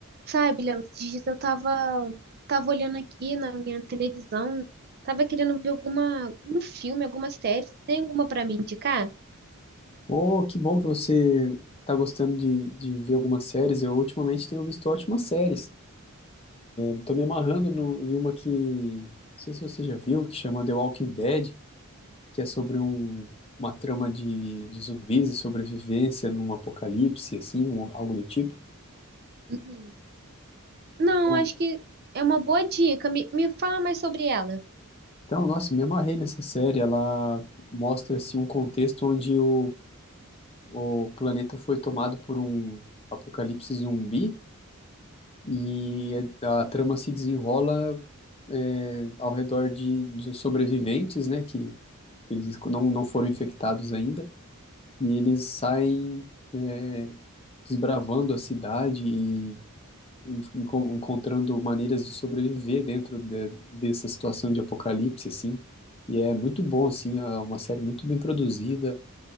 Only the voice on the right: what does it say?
Sabe, Léo, esses dias eu tava, tava olhando aqui na minha televisão, tava querendo ver alguma, um filme, alguma série. Você tem alguma pra me indicar?
Uhum. Não,
acho que é uma boa dica. Me, me fala mais sobre ela.